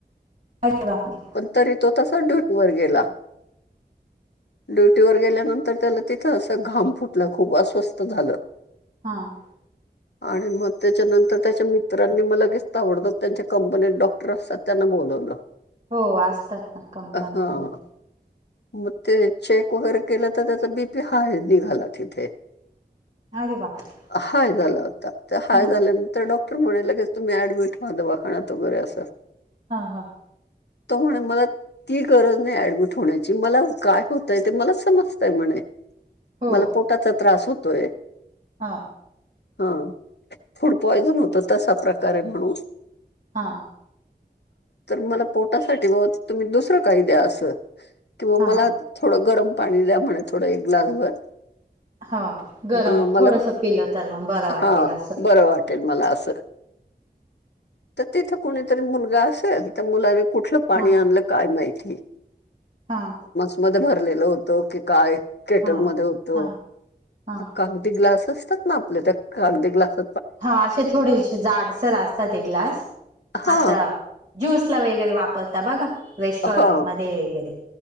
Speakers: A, on the right (about 45°); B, on the left (about 80°).
A: अजे वापर
B: पण तरी तो तसा ड्युटीवरर गेला.
A: ह.
B: ड्युटीवरर गेल्यानंतर त्याला तिथं अस घाम फुटलं खूप अस्वस्थ झालं.
A: हां.
B: आणि मग त्याच्यानंतर त्याच्या मित्रांनी म लगेच आवडतं त्यांच्या कंपनीत डॉक्टर असतात त्यांना बोलत.
A: हो असतात ना कंपन्यांमध्ये
B: हा मग ते चेक वगैरे केलं तर त्याचा बीपी हाय निघाला तिथे
A: अरे बापरे
B: हाय झाला होता ते हाय
A: हा
B: झाल्यान तर डॉक्टर म्हणालं की तुम्ही ऍडमिटव्हा दवाखान्यातव वगैरे असं.
A: हा हा
B: त म्ह मला ती गरज नाही ऍडमिट होण्याची मला काय होतय ते मला समजतय म्हणे.
A: हो
B: मला पोटाचा त्रास होतोय.
A: हा
B: हा फूड पॉइझन होतं तसा प्रकार आहे म्हणून
A: हां
B: तर मला पोटासाठी व तुम्ही दुसरं काय द्या असं कि
A: हा
B: मला थोडं गरम पाणी द्या म्हणे थोडं एक ग्लास भर.
A: हा गरम
B: हा मला
A: थोडस पिलं तर मग बरं वाटेल
B: हा
A: असं
B: बरं वाटत. मला अस तर तिथ कणीतरी मुलगा असेल कि त्या मुला व कुठ पाणी
A: हा
B: आण काय माहि
A: हा
B: मध्ये भरलेलं होत की काय केटल
A: हा
B: मध्ये होत
A: हा हा
B: का? अगदी ग्लास असतात ना आपल्या त्या अगदी ग्लास
A: हा असे थोडेसे जाडसर असतात ते ग्लास
B: हा
A: आता ज्यूस ला वगैरे वापरता बघा रेस्टॉरंट
B: हा
A: मध्ये वगैरे